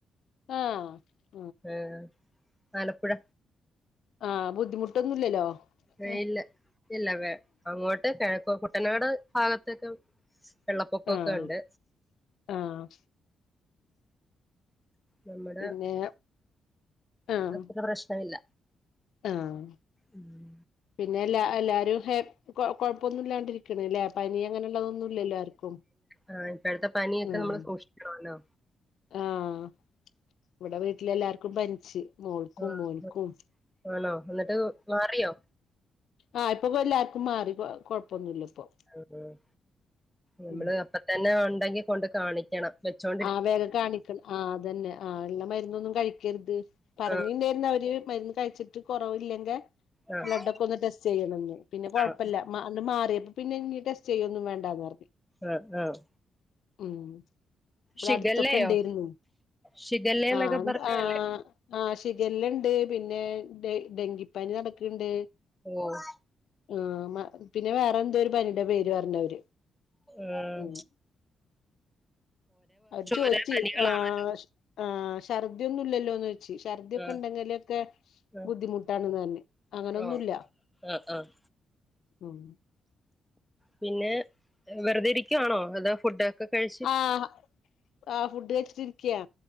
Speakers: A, on the left; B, in the centre.
A: ആഹ്
B: ആഹ് ആലപ്പുഴ
A: ആഹ് ബുദ്ധിമുട്ടൊന്നുല്ലല്ലോ?
B: ഏയ്
A: ആഹ്
B: ഇല്ല ഇല്ല വെ അങ്ങോട്ട് കിഴക്ക് കുട്ടനാട് ഭാഗത്തൊക്കെ വെള്ളപ്പൊക്കൊക്കെ
A: ആഹ്
B: ഉണ്ട്
A: ആഹ്
B: നമ്മുടെ
A: പിന്നെ ആഹ്
B: അത്ര പ്രശ്നമില്ല.
A: ആഹ്
B: ഉം
A: പിന്നെ എല്ലാരും ഹേ കൊഴപ്പൊന്നും ഇല്ലാണ്ടിരിക്ണ് ലേ പനി അങ്ങനെുള്ളതൊന്നുംല്ലല്ലോ ആർക്കും
B: ആഹ് ഇപ്പോഴത്തെ പനിയൊക്കെ
A: ഉം
B: നമ്മള് സൂക്ഷിക്കണല്ലോ
A: ആഹ് ഇവിടെ വീട്ടിലെല്ലാർക്കും പനിച്ച്, മോൾക്കും
B: ആഹ്
A: മോൻക്കും
B: ആണോ? എന്നിട്ട് മാറിയോ?
A: ആഹ് ഇപ്പൊ എല്ലാർക്കും മാറി, കൊഴപ്പൊന്നുല്ല ഇപ്പൊ.
B: ആഹ് ആഹ് നമ്മള്
A: ഉം
B: അപ്പ തന്നെ ഉണ്ടെങ്കി കൊണ്ട് കാണിക്കണം വെച്ചോ
A: ആഹ് വേഗം കാണിക്കണം. ആഹ് അതന്നെ, ആഹ് ഉള്ള മരുന്നൊന്നും കഴിക്കരുത്
B: ആഹ്
A: പറഞ്ഞിണ്ടായിരുന്നു അവര് മരുന്ന് കഴിച്ചിട്ട് ട്ട് കൊറവില്ലെങ്കിൽ
B: ആഹ് ആഹ്
A: ബ്ലെഡ് ഒക്കെ ഒന്ന് ടെസ്റ്റ് ചെയ്യണംന്ന്, പിന്നെ കൊഴപ്പല്ല
B: ആഹ്
A: മാ അന്ന് മാറിയപ്പം പിന്നെ ഇനി ടെസ്റ്റ് ചെയ്യൊന്നും വണ്ടാന്ന് പറഞ്ഞു
B: ആഹ് ആഹ്
A: ഉം ഇവിടെ
B: ഷിഗല്ലയോ
A: അടുത്തൊക്കെ ണ്ടേരുന്നു.
B: ഷിഗല്ല എന്നൊക്കെ
A: ആഹ്
B: പറഞ്ഞല്ലേ
A: ആ ആഹ് ഷിഗല്ലേണ്ട്, പിന്നെ ഡെ ഡെങ്കിപ്പനി നടക്കണ്ട്
B: ഓഹ്
A: ആഹ് മാ പിന്നെ വേറെ എന്തോ ഒരു പനിടെ പേര് പറഞ്ഞവര്.
B: ആഹ്
A: ഉം അവര് ചോയ്ച്ച്,
B: ഓരോ പനികളാണ്
A: ആഹ് ആഹ് ശർദ്ദിയൊന്നും ഇല്ലല്ലോന്ന് ച്ച്, ശഛർദ്ദി ഒക്കെ
B: ആഹ്
A: ഉണ്ടെങ്കിലൊക്കെ
B: ആഹ്
A: ബുദ്ധിമുട്ടാണ്ന്ന് പറഞ്ഞ്, അങ്ങനൊന്നുല്ല.
B: ഓ ആഹ് ആഹ്
A: ഉം
B: പിന്നെ വെറുതെ ഇരിക്കുവാണോ അതൊ ഫുഡൊക്കെ കഴിച്ച
A: ആഹ് ആഹ് ഫുഡ് കഴിച്ചിട്ടിരിക്കയാ.